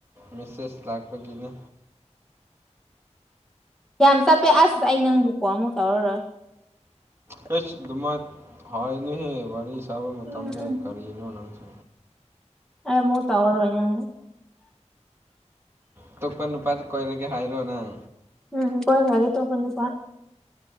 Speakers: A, on the right; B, in the centre.
A: ꯃꯦꯁꯦꯖ ꯂꯥꯛꯄꯒꯤꯅꯦ
B: ꯌꯥꯝ ꯆꯞꯄꯦ ꯑꯁ ꯑꯩ ꯅꯪꯕꯨ ꯀꯣꯜ ꯑꯃꯨꯛ ꯇꯧꯔꯔꯣꯏ
A: ꯑꯩꯁ ꯗꯨꯃꯥꯏ ꯍꯥꯏꯅꯨꯍꯦ ꯋꯥꯔꯤ ꯁꯥꯕ ꯃꯇꯝꯗ
B: ꯎꯝ ꯎꯝ
A: ꯀꯔꯤꯅꯣ ꯅꯪꯁꯨ
B: ꯑꯩ ꯑꯃꯨꯛ ꯇꯧꯔꯔꯣꯏ ꯅꯪ
A: ꯑꯇꯣꯞꯄ ꯅꯨꯄꯥꯗ ꯀꯣꯏꯔꯒꯦ ꯍꯥꯏꯔꯣ ꯅꯪ
B: ꯎꯝ ꯀꯣꯏꯈꯔꯒꯦ ꯑꯇꯣꯞꯄꯥ ꯅꯨꯄꯥ